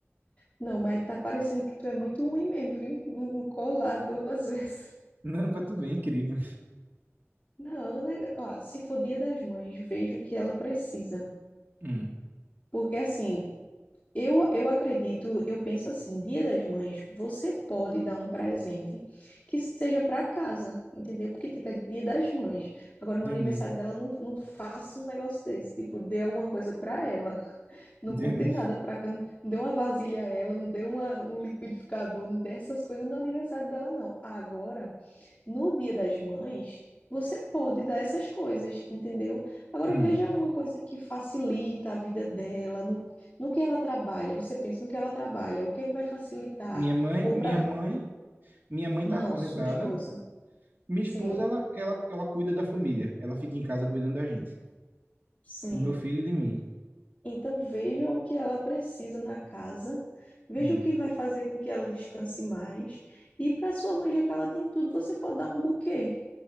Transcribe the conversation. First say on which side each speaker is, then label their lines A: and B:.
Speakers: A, on the left (about 30°); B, on the right (about 45°).
A: Não, mas tá parecendo que tu é muito ruim mesmo, viu? Um um colar duas <laughs> vezes.
B: Não, pra tu ver, incrível.
A: Não, né? Ó, se for Dia das Mães, vejo o que ela precisa.
B: Hum,
A: Porque assim, eu, eu acredito, eu penso assim, Dia das Mães, você pode dar um presente que seja para casa, entendeu? Porque, tipo, é Dia das Mães. Agora, no
B: entendi.
A: aniversário dela, não, não faça um negócio desse, tipo, dê alguma coisa para ela. Não
B: Entendi.
A: compre nada pra cá, não não dê uma vasilha a ela, não dê uma, um liquidificador, não dê essas coisas no aniversário dela, não. Agora, no Dia das Mães, você pode dar essas coisas, entendeu? Agora,
B: Hum.
A: veja uma coisa que facilita a vida dela, no, no que ela trabalha. Você pensa no que ela trabalha, o que é que vai facilitar?
B: Minha mãe,
A: Ou
B: minha
A: pra...
B: mãe, minha mãe
A: Não,
B: tá aposentada.
A: sua esposa.
B: Minha
A: Sim,
B: esposa, ela, ela, ela cuida da família. Ela fica em casa cuidando da gente,
A: sim.
B: do meu filho e de mim.
A: Então veja o que ela precisa na casa, veja
B: Hum.
A: o que vai fazer com que ela descanse mais. E para sua mãe, já que ela tem tudo, você pode dar um buquê,